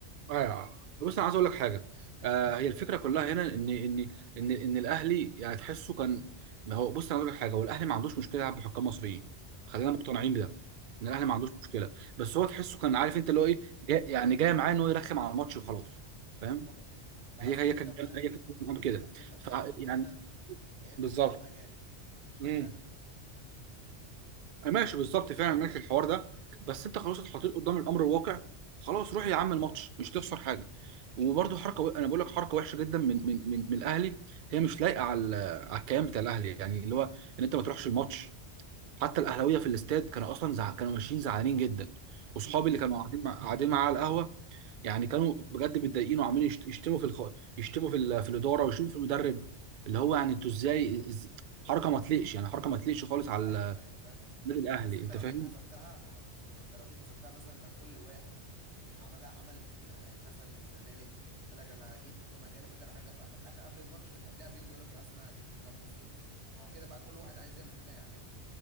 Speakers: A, on the right; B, on the right.
A: ايوه بص انا عايز اقول لك حاجه آه هي الفكره كلها هنا ان ان ان ان الاهلي يعني تحسه كان ما هو بص انا اقول لك حاجه هو الاهلي ما عندوش مشكله يلعب بحكام مصريين خلينا مقتنعين بده
B: اكيد
A: ان الاهلي ما عندوش مشكله بس هو تحسه كان عارف انت اللي هو ايه جاي يعني جاي معاه ان هو يرخم على الماتش وخلاص
B: بالظبط
A: فاهم
B: لا
A: هي
B: اصل
A: هي
B: انت
A: كانت
B: فاهم
A: هي كانت كده
B: اصل انت في
A: ف
B: ماتشك
A: يعني
B: انت لعبت
A: بالظبط
B: بحكام اجانب اشمعنى
A: مم.
B: انا
A: ماشي بالظبط فاهم ماشي الحوار ده بس انت خلاص اتحطيت قدام الامر الواقع خلاص روح يا عم الماتش مش تخسر حاجه وبرده حركه و... انا بقول لك حركه وحشه جدا من من من, من الاهلي هي مش لايقه على ال- على الكيان بتاع الاهلي يعني اللي هو ان انت ما تروحش الماتش حتى الاهلاويه في الاستاد كانوا اصلا زع... كانوا ماشيين زعلانين جدا
B: اكيد
A: واصحابي اللي كانوا قاعدين مع... قاعدين معاه على القهوه يعني كانوا بجد متضايقين وعمالين يشت- يشتموا في الخ... يشتموا في ال... في الاداره ويشتموا في المدرب اللي هو يعني انتوا ازاي إز... حركه ما تليقش يعني حركه ما تليقش خالص على
B: ايوه ايوه فاهم قصدك
A: النادي الاهلي
B: بس انت
A: انت
B: لو
A: فاهم
B: جيت حسبتها ما هو- ما هو انت لو جيت حسبتها مثلا لو كل واحد عملها عمل في دماغه يعني مثلا الزمالك قال لك انا هجيب حكام اجانب بعد كده هرجع في اخر اخر قبل الماتش يبقى قبلها بيوم يقول لك لا اصل انا هجيب حكام مصريين ما هو كده بقى كل واحد عايز يعمل حاجه هيعملها